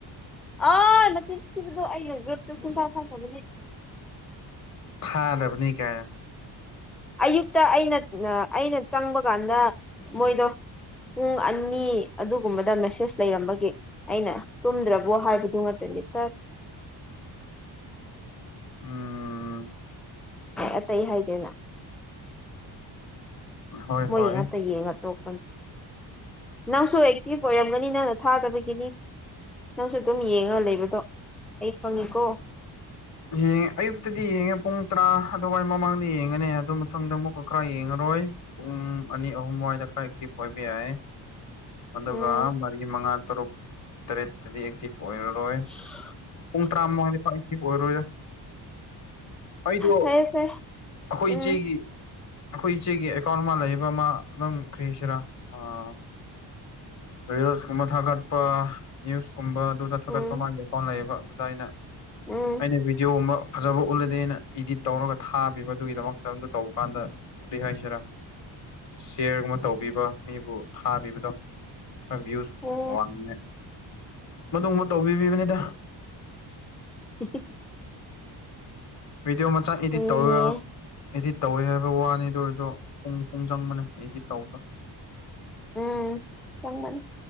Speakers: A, in the centre; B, on the left (about 40°).
A: ꯑꯥ ꯅꯆꯤꯟ ꯊꯤꯕꯗꯣ ꯑꯩꯅ ꯒ꯭ꯔꯨꯞꯇ ꯁꯨꯡꯊꯥ ꯊꯥꯗꯕꯅꯦ
B: ꯊꯥꯗꯕꯅꯤ ꯀꯥꯏ
A: ꯑꯌꯨꯛꯇ ꯑꯩꯅ ꯅ ꯑꯩꯅ ꯆꯪꯕ ꯀꯥꯟꯗ ꯃꯣꯏꯗꯣ ꯄꯨꯡ ꯑꯅꯤ ꯑꯗꯨꯒꯨꯝꯕꯗ ꯃꯦꯁꯦꯖ ꯂꯩꯔꯝꯕꯒꯤ ꯑꯩꯅ ꯇꯨꯝꯗ꯭ꯔꯕꯣ ꯍꯥꯏꯕꯗꯨ ꯉꯥꯇꯅꯤ ꯏꯇ
B: ꯎꯝ
A: ꯑꯇꯩ ꯍꯥꯏꯗꯦꯅꯥ
B: ꯍꯣꯏ
A: ꯃꯣꯏꯒꯤ
B: ꯍꯣꯏ
A: ꯉꯥꯛꯇ ꯌꯦꯡꯉ ꯇꯣꯛ ꯅꯪꯁꯨ ꯑꯦꯛꯇꯤꯚ ꯑꯣꯏꯔꯝꯒꯅꯤ ꯅꯪꯅ ꯊꯥꯗꯕꯒꯤꯅꯤ ꯅꯪꯁꯨ ꯑꯗꯨꯝ ꯌꯦꯡꯉꯒ ꯂꯩꯕꯗꯣ ꯑꯩ ꯈꯪꯉꯤꯀꯣ
B: ꯌꯦꯡꯉꯦ ꯑꯌꯨꯛꯇꯗꯤ ꯌꯦꯡꯉꯦ ꯄꯨꯡ ꯇꯔꯥ ꯑꯗꯨꯋꯥꯏ ꯃꯃꯥꯡꯗ ꯌꯦꯡꯉꯅꯤ ꯑꯗꯨ ꯃꯇꯨꯡꯗ ꯑꯃꯨꯛꯀ ꯈꯔ ꯌꯦꯡꯉ ꯑꯣꯏ ꯄꯨꯡ ꯑꯅꯤ ꯑꯍꯨꯝ ꯋꯥꯏꯗ ꯈꯔ ꯑꯦꯛꯇꯤꯚ ꯑꯣꯏꯕ ꯌꯥꯏ ꯑꯗꯨꯒ
A: ꯎꯝ
B: ꯃꯔꯤ ꯃꯉꯥ ꯇꯔꯨꯛ ꯇꯔꯦꯠꯇꯗꯤ ꯑꯦꯛꯇꯤꯚ ꯑꯣꯏꯔꯔꯣꯏ
A: <inaudible>
B: ꯄꯨꯡ ꯇꯔꯥ ꯃꯉꯥꯗꯤ ꯄꯥꯛ ꯑꯦꯛꯇꯤꯚ ꯑꯣꯏꯔꯣꯏꯗ ꯑꯩꯗꯣ
A: ꯐꯩ ꯐꯩ
B: ꯑꯈꯣꯏ
A: ꯎꯝ
B: ꯏꯆꯦꯒꯤ ꯑꯈꯣꯏ ꯏꯆꯦꯒꯤ ꯑꯦꯀꯥꯎꯟ ꯑꯃ ꯂꯩꯕ ꯑꯃ ꯑꯗꯨꯝ ꯀ꯭ꯔꯤꯁꯤꯔꯥ ꯑꯥ ꯔꯤꯜꯁ ꯀꯨꯝꯕ ꯊꯥꯒꯠꯄ ꯅ꯭ꯌꯨꯁ ꯀꯨꯨꯝꯕ ꯑꯗꯨꯗ ꯊꯥꯒꯠꯄ
A: ꯎꯝ
B: ꯃꯥꯒꯤ ꯑꯦꯀꯥꯎꯟ ꯂꯩꯌꯦꯕ ꯑꯗꯨꯗ ꯑꯩꯅ
A: ꯎꯝ
B: ꯑꯩꯅ ꯚꯤꯗꯤꯑꯣ ꯑꯃ ꯐꯖꯕ ꯎꯠꯂꯗꯤ ꯑꯩꯅ ꯏꯗꯤꯠ ꯇꯧꯔꯒ ꯊꯥꯕꯤꯕꯗꯨꯒꯤꯗꯃꯛꯇ ꯑꯝꯇ ꯇꯧꯕ ꯀꯥꯟꯗ ꯀ꯭ꯔꯤ ꯍꯥꯏꯁꯤꯔꯥ ꯁꯤꯌꯔꯒꯨꯝꯕ ꯇꯧꯕꯤꯕ ꯃꯤꯕꯨ ꯊꯥꯕꯤꯕꯗꯣ ꯈꯔ ꯕꯤꯌꯨꯁ
A: ꯑꯣ
B: ꯋꯥꯡꯅꯤꯉꯥꯏ ꯃꯗꯨꯃꯕ ꯇꯧꯕꯤꯕꯅꯤꯗ
A: <unintelligible>
B: ꯚꯤꯗꯤꯑꯣ ꯃꯆꯥ ꯏꯗꯤꯠ
A: ꯐꯩꯅꯦ
B: ꯇꯧꯔꯨꯔꯥꯎ ꯏꯗꯤꯠ ꯇꯧꯋꯦ ꯍꯥꯏꯕ ꯋꯥꯅꯤ ꯑꯗꯨ ꯑꯣꯏꯔꯁꯨ ꯄꯨꯡ ꯄꯨꯡ ꯆꯪꯕꯅꯦ ꯏꯗꯤꯠ ꯇꯧꯕ
A: ꯎꯝ ꯆꯪꯕꯅꯦ